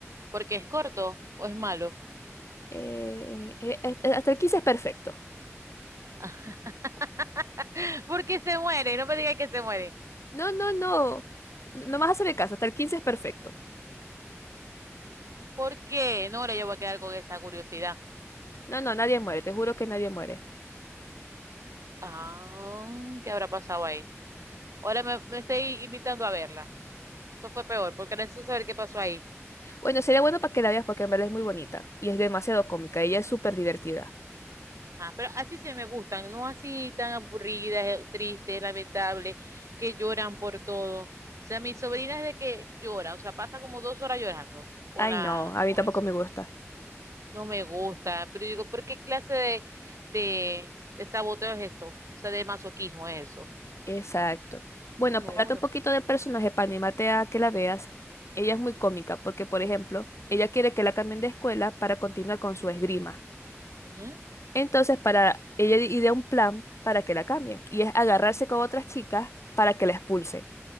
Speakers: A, on the right; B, on the left.
A: ¿Porque es corto o es malo?
B: eh, eh, eh, eh, hasta el 15 es perfecto.
A: <laughs> Porque se muere, no me digas que se muere.
B: No, no, no. No más hacerme caso, hasta el 15 es perfecto.
A: ¿Por qué? No, ahora yo voy a quedar con esa curiosidad.
B: No, no, nadie muere, te juro que nadie muere.
A: Ah, ¿qué habrá pasado ahí? Ahora me, me estoy invitando a verla. Eso fue peor, porque era eso saber qué pasó ahí.
B: Bueno, sería bueno para que la veas porque en verdad es muy bonita y es demasiado cómica, ella es súper divertida.
A: Ajá, pero así se me gustan, no así tan aburridas, eh, tristes, lamentables, que lloran por todo. O sea, mi sobrina es de que llora, o sea, pasa como dos horas llorando con
B: Ay,
A: la,
B: no, a mí
A: con
B: tampoco
A: eso.
B: me gusta.
A: No me gusta, pero yo digo, ¿por qué clase de, de, de saboteo es eso? O sea, de masoquismo es eso.
B: Exacto. Bueno,
A: No,
B: para darte
A: no.
B: un poquito de personaje, para animarte a que la veas, ella es muy cómica
A: Ujú,
B: porque, por ejemplo, ella quiere que la cambien de escuela para continuar con su esgrima.
A: ujú,
B: Entonces, para ella idea un plan para que la cambien y es agarrarse con otras chicas para que la expulsen.